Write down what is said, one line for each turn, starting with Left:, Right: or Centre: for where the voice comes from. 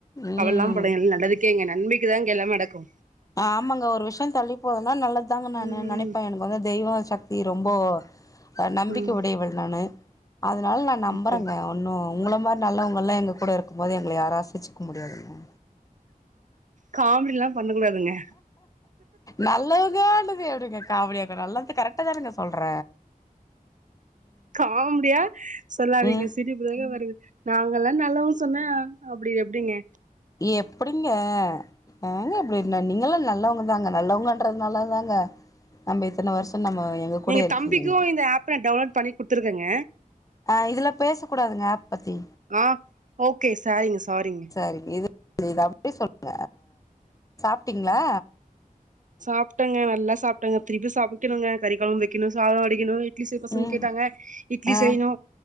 Left: ம்
Right: கவலலா பட எல்லா நல்லதுக்கே இங்க நன்மைக்குதா இங்க எல்லா நடக்கு
Left: ஆ ஆமங்க ஒரு விஷய தள்ளி போதுன்னா நல்லது தாங்க நானு
Right: ம்
Left: நெனைப்பே எனக்கு வந்து தெய்வ சக்தி ரொம்போ அ நம்பிக்கை
Right: ம்
Left: உடையவள் நானு அதனால நா நம்புறங்க
Right: அப்டி
Left: அவ ஒன்னு உங்கள மாரி நல்லவங்க எல்லா எங்க கூட இருக்கும் போது எங்கள யாரு அசைச்சுக்க முடியாதுங்க
Right: காமெடில்லா பண்ண கூடாதுங்க
Left: நல்லவங்க ஆண்டுது எப்பங்க காவெடியாக்க நல்லது த்து கரெக்டா தானங்க சொல்ற
Right: காமடியா சொல்லாதீங்க
Left: ம்
Right: சிரிப்புதாங்க வருது நாங்கெல்லா நல்லவங் கனு சொன்னா அப்டி எப்டிங்க
Left: எப்டிங்க ஏங்க இப்டி இருன நீங்க எல்லா நல்லவங்க தாங்க நல்லவங்கன்றதுனால தாங்க நம்ம இத்தன வருஷோ நம்ம எங்க கூட
Right: நீங்க
Left: இருக்கீங்க
Right: தம்பிக்கும்
Left: நீங்க
Right: இந்த ஆப்ப டவுன்லோட் பண்ணி குடுத்துருக்கங்க
Left: ஆ இதுல பேச கூடாதுங்க ஆப் பத்தி
Right: ஆ ஓகே சேரிங்க சாரிங்க
Left: சரிங்க இதுப் இத அப்டியே சொல்ற சாப்பிட்டீங்ளா
Right: சாப்டேங்க நல்லா சாப்டேங்க திருப்பி சமைக்குணுங்க கறிக்கொழம்பு வைக்குணு சாதோ வடிக்குணு இட்லி செய் பசங்க
Left: ம்
Right: கேட்டாங்க இட்லி
Left: ஆ
Right: செய்யணு